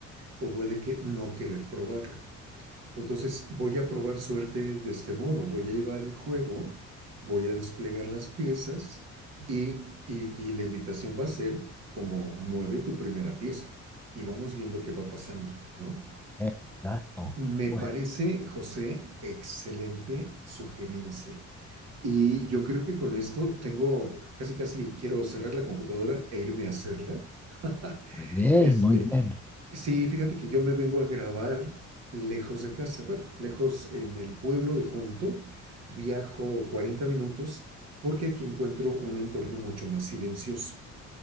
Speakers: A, on the right; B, in the centre.
A: o puede que no querer probarlo. Entonces voy a probar suerte de este modo, voy a llevar el juego, voy a desplegar las piezas y, y- y la invitación va a ser como mueve tu primera pieza y vamos viendo qué va pasando, ¿no?
B: Exacto.
A: Me parece,
B: Pues,
A: José, excelente sugerencia. Y yo creo que con esto tengo, casi casi quiero cerrar la computadora e irme a hacerla. <laughs>
B: muy bien,
A: Este,
B: muy bien.
A: sí, fíjate que yo me vengo a grabar lejos de casa, bueno, lejos en el pueblo de Junto, viajo 40 minutos porque aquí encuentro un entorno mucho más silencioso.